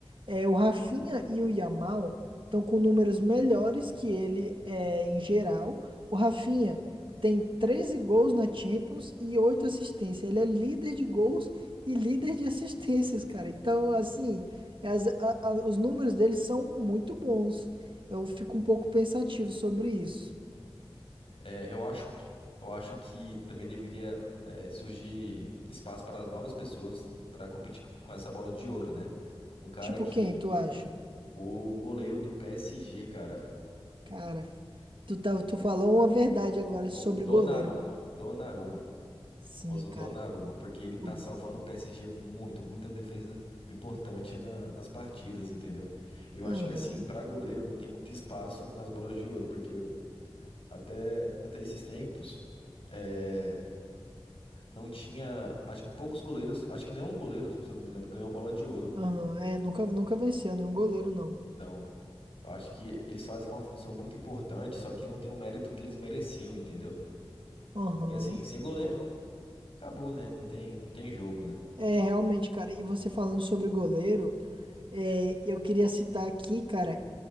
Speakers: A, on the right (about 60°); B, on the left (about 75°).
A: É, o Rafinha e o Yamal estão com números melhores que ele é, em geral. O Rafinha
B: Sim,
A: tem 13 gols na Champions e 8 assistências. Ele é líder de gols e líder de <laughs> assistências, cara. Então,
B: sim.
A: assim, as- a- a- os números dele são muito bons. Eu fico um pouco pensativo sobre isso.
B: É, eu acho que, eu acho que também deveria é, surgir espaço para as novas pessoas para competir co- com essa bola de ouro, né? Um cara
A: Tipo
B: que
A: quem, tu acha?
B: o goleiro do PSG, cara,
A: Cara, tu, tá, tu falou uma verdade agora sobre
B: o Donnarumma,
A: goleiro, cara.
B: Donnarumma.
A: Sim,
B: O famoso
A: cara.
B: Donnarumma, porque ele tá
A: O-
B: salvando o PSG muito, muita defesa importante na- nas partidas, entendeu? Eu
A: Aham,
B: acho que assim, pra goleiro não tem muito espaço nas bolas de ouro, porque eu- até, até esses tempos é, não tinha, acho que poucos goleiros, acho que nenhum goleiro, se eu não me engano, ganhou bola de ouro.
A: aham. É, nunca, nunca venceu nenhum goleiro, não.
B: Então, eu acho que eles fazem uma função muito importante, só que não tem o mérito que eles mereciam, entendeu?
A: Aham.
B: Porque assim, sem goleiro, acabou, né? Não tem, não tem jogo, né?
A: É, realmente, cara. E você falando sobre goleiro, é, eu queria citar aqui, cara.